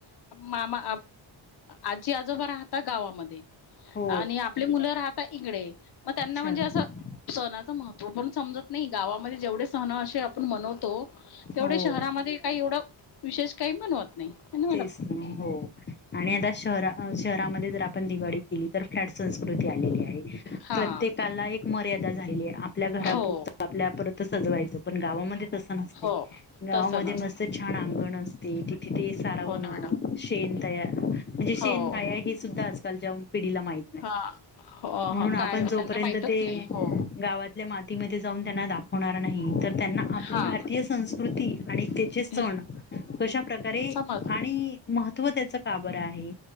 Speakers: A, on the left; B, on the left.
A: मामा आजी आजोबा राहता गावामध्ये
B: हो
A: आणि आपली मुलं राहत इकडे मग त्यांना
B: शहरामध्ये
A: म्हणजे असं सणाचं महत्त्व पण समजत नाही गावामध्ये जेवढे सहण असे आपण म्हनवतो तेवढे
B: हो.
A: शहरामध्ये काही एवढं विशेष काही म्हणवत नाही मॅडम
B: तेच हो आणि आता श शहरामध्ये जर आपण दिवाळी केली तर फ्लट संस्कृती आलेली आहे
A: हा
B: प्रत्येकाला एक मर्यादा झालेली आहे आपल्या घरापरत
A: हो
B: आपल्या पर सजवायच पण गावामध्ये तसं नसते
A: हो
B: गावामध्ये
A: तसं नसतं
B: मत छान अंगण असते तथ सारवण
A: हो ना मॅडम
B: शेन तयार म्हणजे शेन
A: हो
B: गया हे सुद्धा आजकालच्या मा न
A: हा हो
B: म्हण
A: ह
B: आप
A: काय
B: जोपर्य
A: त्यांना माहितच नाही हो
B: गावातल्या माती जा त्यांना दाखवणार नाही त्यांना आपली
A: हा
B: भारतीय संस्कृती आणि त्याचे सण
A: हे
B: कशा प्र्रकारे
A: समज
B: आणि महत्त्व त्याच काबरं आहे